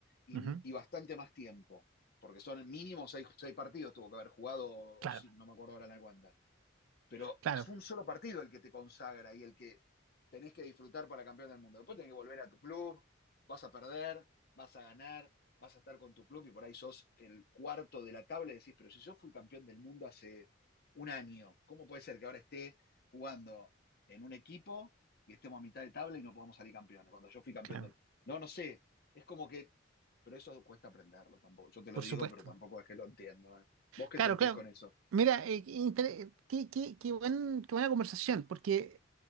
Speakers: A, on the left; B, on the right.
A: y,
B: ujú,
A: y, bastante más tiempo, porque son mínimo seis, seis partidos, tuvo que haber jugado, o
B: claro,
A: si, no me acuerdo ahora la cuenta pero
B: claro,
A: es un solo partido el que te consagra y el que tenés que disfrutar para campeón del mundo. Después tenés que volver a tu club, vas a perder, vas a ganar, vas a estar con tu club y por ahí sos el cuarto de la tabla y decís, pero si yo fui campeón del mundo hace un año, ¿cómo puede ser que ahora esté jugando en un equipo y estemos a mitad de tabla y no podamos salir campeones? Cuando yo fui campeón
B: claro.
A: del... No, no sé, es como que... Pero eso cuesta aprenderlo tampoco. Yo te lo
B: Por
A: digo,
B: supuesto.
A: pero tampoco es que lo entiendo. ¿eh? ¿Vos qué
B: Claro,
A: sentís
B: claro.
A: con eso?
B: Mira, eh, qué, inter- qué- qué- qué buen- qué buena conversación, porque